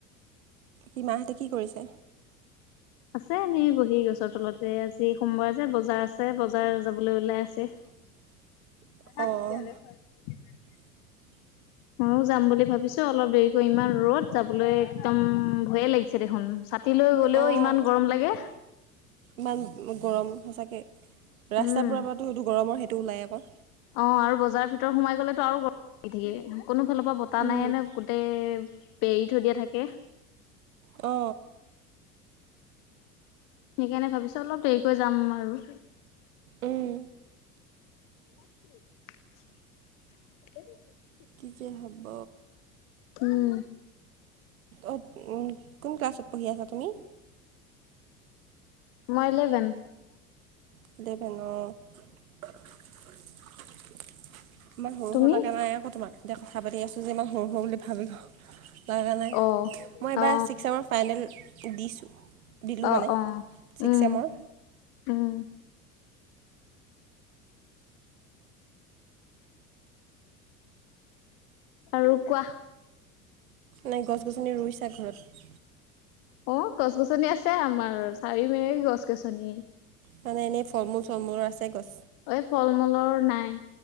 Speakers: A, on the right (about 70°); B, on the left (about 55°).
A: সি মাহঁতি কি কৰিছে?
B: আছে এনেই বহি গছৰ তলতে, আজি সোমবাৰ যে বজাৰ আছে বজাৰ যাবলৈ ওলাই আছে।
A: <inaudible>
B: <unintelligible>
A: অঁ <inaudible>
B: মইও যাম বুলি ভাবিছো অলপ দেৰিকৈ ইমান ৰ'দ যাবলৈ একদম ভয়ে লাগিছে দেখোন। ছাতি লৈ গ'লেও
A: অঁ
B: ইমান গৰম লাগে।
A: ইমান গৰম সঁচাকে ৰাস্তাৰ
B: উম,
A: প পৰাতো সেইটো গৰমৰ সেইটো ওলাই আকৌ।
B: অ আৰু বজাৰৰ ভিতৰত সোমাই গ'লেতো আৰু গৰমি- থাকে। কোনো ফালৰ পৰা বতাহ
A: উম,
B: নাহে নে গোটেই বেৰি থৈ দিয়া থাকে।
A: অ।
B: সেইকাৰণে ভাবিছো অলপ দেৰিকৈ যাম আৰু।
A: উম।
B: <unintelligible> <unintelligible>
A: কি যে হ'ব।
B: উম।
A: অঁ কোন ক্লাছত পঢ়ি আছা তুমি?
B: মই এলিভেন।
A: <unintelligible> ইমান সৰু
B: তুমি?
A: সৰু লগা নাই আকৌ তোমাক। এতিয়া কথা পাতি আছোঁ যে ইমান সৰু সৰু বুলি ভাবি লগা নাই।
B: অ,
A: মই এইবাৰ
B: অ,
A: ছিক্সমৰ ফাইনেল দিছোঁ। দিলোঁ
B: অ
A: মানে
B: অ
A: ছিক্স
B: উম
A: চেমৰ
B: উম। আৰু কোৱা?
A: নাই গছ-গছনি ৰুইছা ঘৰত?
B: অ গছ-গছনি আছে আমাৰ চাৰি মে গছ গছনি।
A: মানে এনেই ফলমূল-চলমূলৰ আছে গছ।
B: এই ফল মূলৰ নাই,